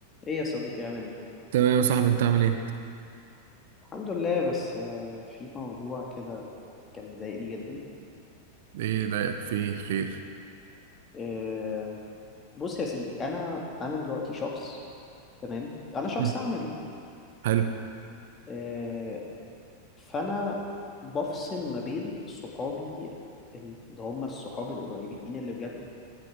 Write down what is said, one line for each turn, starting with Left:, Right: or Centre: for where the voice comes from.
Left: ايه يا صديقي عامل ايه
Right: تمام يا صاحبي انت عامل ايه انت؟
Left: الحمد لله بس آه، في موضوع كده كان مضايقني جدا
Right: ايه ضايقك فيه خير
Left: آه، بص يا سيدي انا انا دلوقتي شخص تمام انا شخص
Right: مم.
Left: عملي
Right: حلو
Left: آه، فانا بفصل ما بين صحابي اللي هم الصحاب القريبين اللي بجد